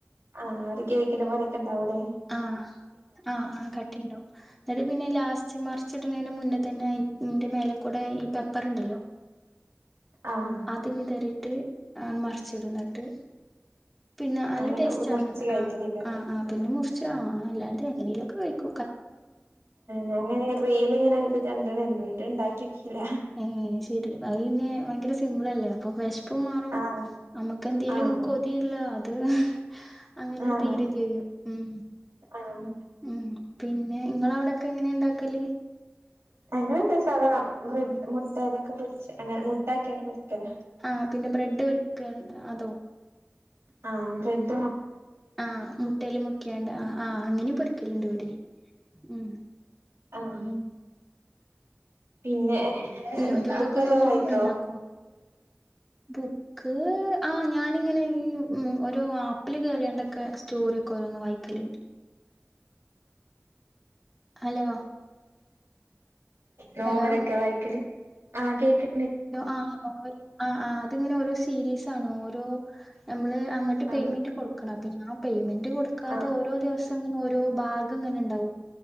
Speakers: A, on the right; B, in the centre.
A: ആഹ് ഒരു കേക്കിന്റെ പോലെയൊക്കെ ഉണ്ടാവൂലേ
B: ആഹ ആഹ് ആ കട്ടിണ്ടാവും എന്നിട്ട് പിന്നെ ലാസ്റ്റ് മറിച്ച് മുന്നേ തന്നെന്റെ മേലെ കൂടെ ഈ പെപ്പർ ഉണ്ടല്ലോ
A: ആഹ്
B: അത് വിതറിയിട്ട് മറിച്ചിടുന്നിട്ട് പിന്നെ നല്ല
A: അങ്ങനെ
B: ടേസ്റ്റ്
A: മുറിച്ച്
B: അങ്ങനെ
A: കഴിക്കലേക്കാരല്ലേ
B: ആ ആ ആ പിന്നെ
A: ആഹ്
B: മുർച്ച അല്ലാണ്ട് എങ്ങനെലൊക്കെ കഴിക്ക
A: ഞങ്ങനെ റീൽ ഇങ്ങനെ ഇത് കണ്ടണുണ്ട്ട്ട ഇണ്ടാക്കി നോക്കിയില്ല
B: എ ശരി അതഞ്ഞ് ഭയങ്കര സിമ്പിൾല്ലേ അപ്പൊ പെസ് ഇപ്പ മാറും
A: ആഹ്
B: നമ്മുക്ക്െന്തേലും
A: ആഹ്
B: കൊതിയില്ല അത് അങ്ങനെരു
A: ആഹ്
B: തീരയും ചെയ്യും ഉം
A: ആഹ്
B: ഉം പിന്നെ നിങ്ങ അവിടെൊക്കെ എങ്ങനെ ഉണ്ടാക്കല്
A: അങ്ങനെ പ്രസാധഡ് മുട്ട ഇതൊക്കെ അങ്ങനെ മുട്ടാക്കിയാട്ട് പൊരിക്കല
B: ആഹ് പിന്നെ ബ്രെഡ് പൊരിക്ക അതോ
A: ആഹ് ബ്രഡ
B: ആഹ മുട്ടൽ മുക്കിയാണ്ട് ആഹ് അങ്ങനെ പൊരിക്കലുണ്ട് കവിടി ഉ
A: ആഹ പിന്നെ ഉ
B: യൂട്യൂബൊക്കെ
A: ബുക്കൊക്കെ
B: നോക്കി
A: വായിക്കോ
B: ഫുഡ് ഇണ്ടാക്കോ ബുക്ക് ആ ഞാനിങ്ങനെ ഈ ഓേ ആപ്പിില് കേറിയണ്ടൊക്കെ സ്റ്റോറി ഓരോന്നും വായിക്കലു <inaudible> ണ്ട് ഹലോ
A: നോവലൊക്കെ
B: ഹലോ
A: വായിക്കല് ആ കേക്ക്
B: ആ ആ ആ അത്ങ്ങനെ ഓരോ സീരീസ ആണ ഓരോ നമ്മള് അങ്ങോട്ട്
A: ആഹ്
B: പെയ്മെന്റ് കൊടുക്കണം അപ്പ ഞാൻ പേയ്മെന്റ് കൊടുക്കാതെ
A: ആഹ്
B: ഓരോ ദിവസം ങ്ങനെ ഓരോ ഭാഗം ങ്ങനെ ണ്ടാവും